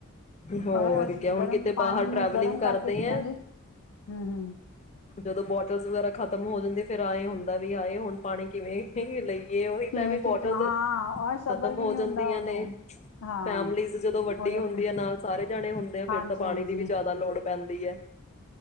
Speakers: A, on the left (about 30°); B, on the left (about 80°).
A: ਹੋਰ
B: ਮਗਰ ਅਸ
A: ਕ ਹੁਣ
B: ਗਰਮ
A: ਕਿਤੇ
B: ਪਾਣੀ
A: ਬਾਹਰ ਟ੍ਰੈਵਲਿੰਗ
B: ਨੂੰ ਗਰਮ
A: ਕਰਦੇ
B: ਕਰਕੇ ਪੀਆਂਗੇ
A: ਆ
B: ਹਮ ਹਮ
A: ਜਦੋਂ ਬੋਟਲ ਵਗੈਰਾ ਖਤਮ ਹੋ ਜਾਂਦੇ ਫਿਰ ਆ ਏ ਹੁੰਦਾ ਵੀ ਆਏ ਹੁਣ ਪਾਣੀ ਕਿਵੇਂ ਲਈਏ ਉਹੀ
B: ਕਿਵੇਂ
A: ਤਾਂ ਵੀ ਬੋਟਲ
B: ਕਿ ਹਾਂ ਔਰ ਸਬਰ
A: ਖਤਮ
B: ਵੀ
A: ਹੋ
B: ਨਹੀਂ
A: ਜਾਂਦੀਆਂ
B: ਹੁੰਦਾ ਉਦੋਂ
A: ਨੇ
B: ਹਾਂ
A: ਫੈਮਲੀਜ਼ ਜਦੋਂ ਵੱਡੀ
B: ਉਦੋਂ
A: ਹੁੰਦੀ
B: ਨਹੀਂ
A: ਹੈ ਨਾਲ ਇੰਨੇ ਜਾਣੇ ਹੁੰਦੇ ਆ
B: ਹਾਂਜੀ
A: ਫੇਿਰ ਤਾਂ ਪਾਣੀ
B: ਹਾਂਜੀ
A: ਦੀ ਵੀ ਜ਼ਿਆਦਾ ਲੋੜ ਪੈਂਦੀ ਹੈ